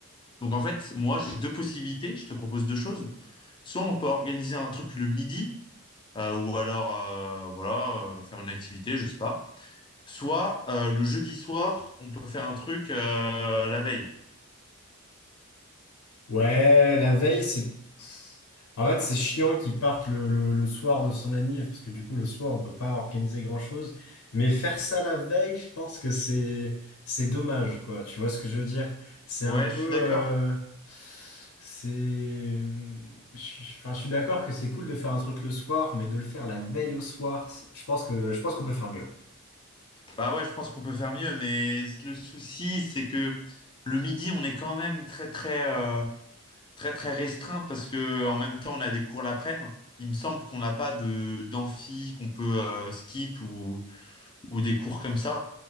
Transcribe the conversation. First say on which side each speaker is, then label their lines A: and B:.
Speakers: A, on the left; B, on the left.
A: Donc, en fait, moi, j'ai deux possibilités. Je te propose deux choses. Soit on peut organiser un truc le midi, euh, ou alors, euh, voilà, euh, faire une activité, je sais pas. Soit euh, le jeudi soir, on peut faire un truc euh, la veille.
B: Ouais, la veille, c'est... En fait, c'est chiant qu'ils partent le, le, le soir de son anniv, parce que du coup, le soir, on peut pas organiser grand-chose. Mais faire ça la veille, je pense que c'est c'est dommage, quoi. Tu vois ce que je veux dire? C'est un
A: Ouais,
B: peu...
A: je suis d'accord.
B: euh, C'est... je- Enfin, je suis d'accord que c'est cool de faire un truc le soir, mais de le faire la veille au soir, c'est- je pense que je pense qu'on peut faire mieux.
A: Bah ouais, je pense qu'on peut faire mieux, mais le souci, c'est que le midi, on est quand même très très euh, très très restreint parce que en même temps, on a des cours l'après-midi. Il me semble qu'on n'a pas de d'amphi qu'on peut euh, skip ou ou des cours comme ça.